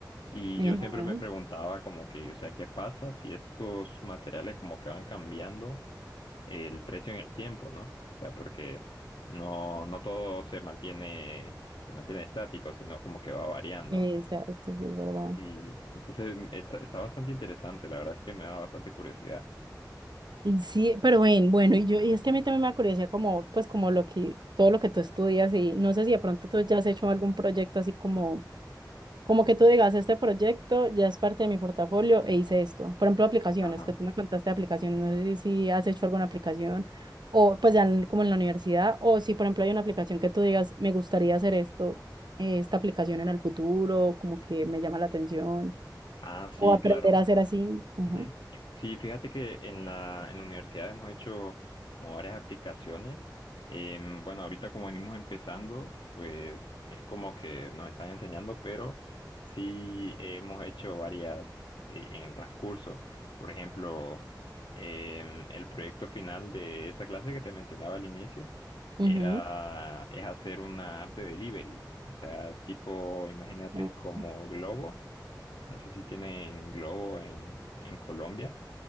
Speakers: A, on the left; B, on the right.
A: Y
B: Ajá,
A: yo siempre me preguntaba como que, o sea, ¿qué pasa si estos materiales como que van cambiando el precio en el tiempo, ¿no? O sea, porque no, no todo se mantiene, se mantiene estático, sino como que va variando.
B: Exacto, sí, es verdad.
A: Y entonces mm, está, está bastante interesante, la verdad es que me da bastante curiosidad.
B: Y sí, pero ven, bueno, y yo, y es que a mí también me da curiosidad como, pues como lo que, todo lo que tú estudias y no sé si
A: Ajá.
B: de pronto tú ya has hecho algún proyecto así como, como que tú digas, este proyecto ya es parte de mi portafolio e hice esto. Por ejemplo, aplicaciones,
A: Ajá.
B: que tú me contaste de aplicaciones, no sé si, si has hecho alguna aplicación o pues ya en- como en la universidad o si por ejemplo hay una aplicación que tú digas, me gustaría hacer esto, eh, esta aplicación en el futuro, como que me llama la atención
A: Ah, sí,
B: o aprender
A: claro.
B: a hacer así. Ajá.
A: Ujú. Sí, fíjate que en la, en la universidad hemos hecho como varias aplicaciones. Em, bueno, ahorita como venimos empezando, pues es como que nos están enseñando, pero sí hemos hecho varias eh, en el transcurso. Por ejemplo, em, el proyecto final de esta clase que te mencionaba al inicio era,
B: Ujú.
A: es hacer una app de deliveries. O sea, tipo, imagínate
B: Oh.
A: como Globo no sé si tiene en Globo en, en Colombia.